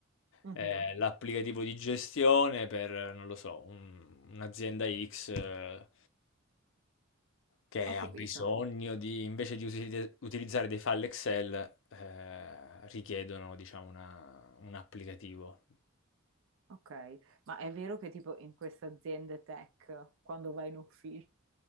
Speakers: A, on the right; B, on the left.
A: Mhm.
B: eh, l'applicativo di gestione per, non lo so, un- un'azienda X eh, che
A: ho
B: ha
A: capito.
B: bisogno di, invece di usi- utilizzare dei file Excel, eh, richiedono, diciamo, una- un applicativo.
A: Ok, ma è vero che tipo in queste aziende tech, quando vai in ufficio,